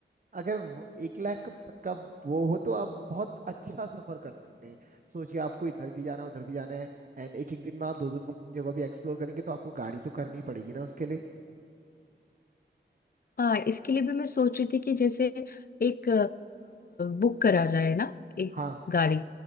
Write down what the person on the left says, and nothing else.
हाँ इसके लिए भी मैं सोच रही थी कि जैसे एक बुक करा जाए ना एक
गाड़ी